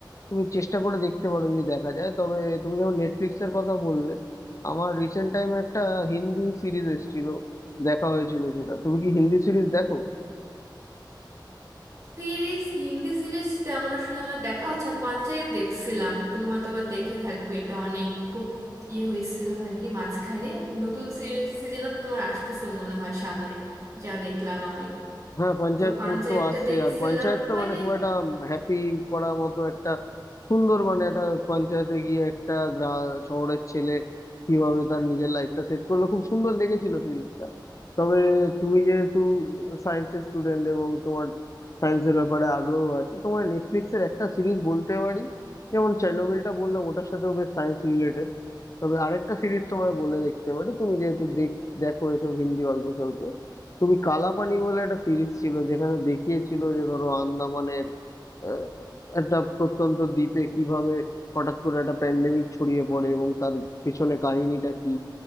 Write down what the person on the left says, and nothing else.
তুমি চেষ্টা করে দেখতে পারো যদি দেখা যায় তবে তুমি যখন নেটফ্লিক্স এর কথা বললে আমার রিসেন্ট টাইমে একটা হিন্দি সিরিজ এসেছিল দেখা হয়েছিল সেটা তুমি কি হিন্দি সিরিজ দেখো
হ্যাঁ পঞ্চায়েত
ফোর্ড তো আসছে
আর পঞ্চায়েত তো
মানে খুব একটা হ্যাপি করার মতো একটা সুন্দর মানে একটা পঞ্চায়েতে গিয়ে একটা গ্রা- শহরের ছেলে কিভাবে তার নিজের লাইফটা সেট করলো খুব সুন্দর লেগেছিল সিরিজটা তবে তুমি যেহেতু সায়েন্সের স্টুডেন্ট এবং তোমার সায়েন্সের ব্যাপারে আগ্রহ আছে তোমার নেটফ্লিক্সের একটা সিরিজ বলতে পারি যেমন চেরনোবিলটা বললাম ওটার সাথেও বেশ সায়েন্স রিলেটেড তবে আরেকটা সিরিজ তোমায় বলে দেখতে পারি তুমি যেহেতু দেখ দেখো এসব হিন্দি অল্প স্বল্প তুমি কালাপানি বলে একটা সিরিজ ছিল যেখানে দেখিয়েছিল যে ধরো আন্দামানের আহ, একটা প্রত্যন্ত দ্বীপে কিভাবে হঠাৎ করে একটা প্যান্ডেমিক ছড়িয়ে পড়ে এবং তার পেছনে কাহিনীটা কি